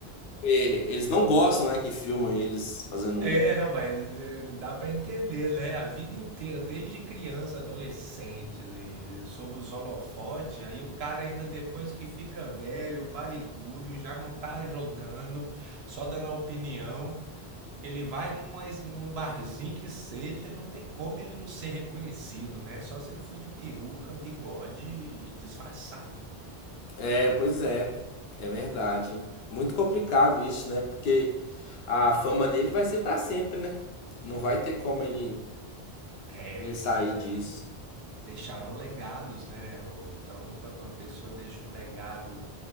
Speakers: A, on the left; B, on the right.
A: Eles não gostam, né, que filmam eles fazendo
B: é,
A: isso.
B: não, mas, eh, dá pra entender, né, a vida inteira, desde criança, adolescente, e e sob os holofotes, aí o cara ainda depois que fica velho, barrigudo, já não tá jogando, só dando a opinião, ele vai numa es num barzinho que seja, não tem como ele não ser reconhecido, né, só se ele for de peruca, bigode e disfarçado.
A: É, pois é. É verdade. Muito complicado isso, né? Porque a fama dele vai ser pra sempre, né? Não vai ter como ele,
B: É,
A: ele sair
B: esses aí
A: disso.
B: deixaram legados, né? Ou então, quando uma pessoa deixa um legado